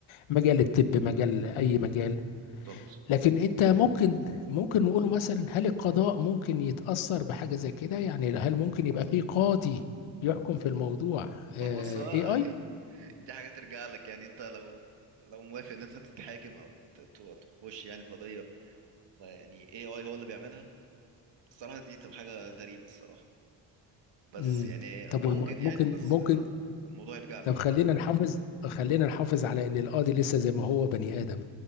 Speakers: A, on the left; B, on the right.
A: مجال الطب مجال اي مجال
B: بالظبط
A: لكن انت ممكن ممكن نقوله مثلا هل القضاء ممكن يتاثر بحاجه زي كده يعني هل ممكن يبقى في قاضي يحكم في الموضوع اي
B: ما بص اه
A: اي
B: <laughs> دي حاجة ترجع لك يعني انت لو لو موافق ان انت تتحاكم او ت- ت- تخش يعني قضية ما يعني اي اي هو اللي بيعملها الصراحة دي تبقى حاجة غريبة الصراحة بس
A: امم
B: يعني
A: طب
B: ممكن
A: والم-
B: يعني
A: ممكن
B: بس
A: ممكن
B: آه، الموضوع يرجع لك
A: طب خلينا نحافظ خلينا نحافظ على ان القاضي لسه زي ما هو بني ادم